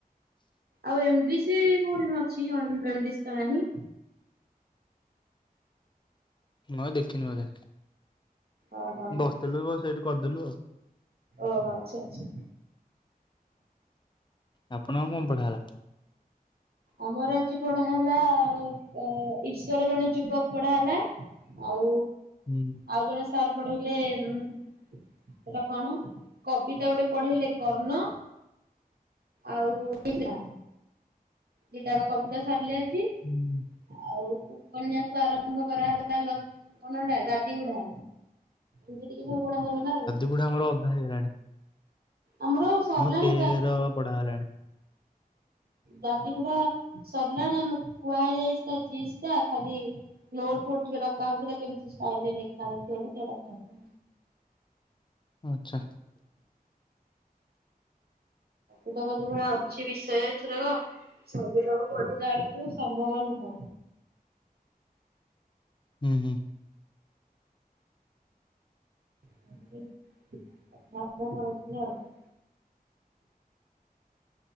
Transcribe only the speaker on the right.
ଆଉ ଏମ ଡି ସି କୋଉଠିମ ଅଛି ଏମ ଡି ସି ତ ନାହିଁ।
ଓହୋ
ଓହୋ ଆଚ୍ଛା ଆଛା।
ଆମର ଆଜି ପଢା ହେଲା ଅ ଈଶ୍ୱର ଜଣେ ଯୁବକ ପଢା ହେଲା। ଆଉ
ଆଉ ଜଣେ ସ ସାର୍ ପଢେଇଲେ ସେଟା କଣ କବିତା ଗୋଟେ ପଢେଇଲେ କର୍ଣ୍ଣ। ଆଉ <inaudible> ଦିଟାକ କବିତା ସାରିଲେ ଆଜି।
ଆଉ ଉପନ୍ୟାସ ଆରମ୍ଭ କରାହେଲା ଯୋଉ କଣ ହେଟା ଦାଦି ବୁଢ଼ା। ଏମିତି ଟିକେ ସବୁ ପଢା ହେଇ ଗଲା ଆଉ
ଆମର ସରିଲାଣି
ଦାଦି ବୁଢା ସରିଲାଣି ଆମ କୁହା ହେଇଯାଇଛି ଜିସ୍ ଟା ଖାଲି ନୋଟ ଫୋଟ ଟିକେ ଡକା ହେଉଥିଲା କେମିତି ଷ୍ଟାଇଲ ରେ ଲେଖା ଲେଖିହବ ଟିକେ ଡକା ହଉଥିଲା।
<unintelligible> ଅଛି ବିଷୟ ଏଥରକ। ସବୁତକ ପଢିଲା ବେଳକୁ ସମ୍ଭବ ନୁହଁ।
<unintelligible> ଆଉ